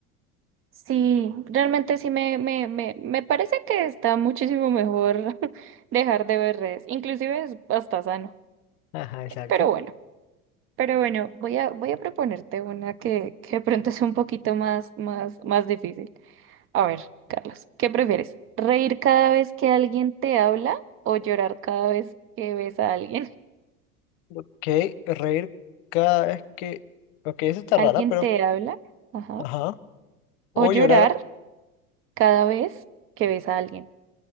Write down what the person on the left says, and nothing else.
Ajá, exacto.
Ok, reír cada vez que... Ok, eso está
rara, pero...
Ajá. O
llorar